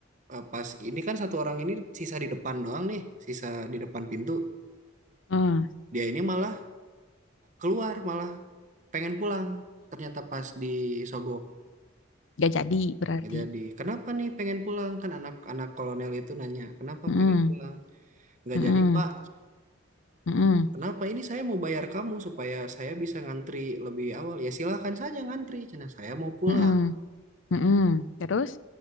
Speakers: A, on the right; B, on the left.
A: eh, pas ini kan satu orang ini sisa di depan doang nih, sisa di depan pintu.
B: Eh,
A: Dia ini malah keluar, malah pengen pulang. Ternyata pas disogok
B: Gak jadi berarti.
A: nggak jadi. Kenapa nih pengen pulang? Kan anak-anak kolonel itu nanya, "Kenapa
B: Mm-mm,
A: pengen pulang?" Nggak
B: mm-mm,
A: jadi, Pak.
B: mm-mm,
A: Kenapa ini saya mau bayar kamu supaya saya bisa ngantri lebih awal? Ya silahkan saja ngantri, cina saya mau pulang.
B: mm-mm, mm-mm. Terus,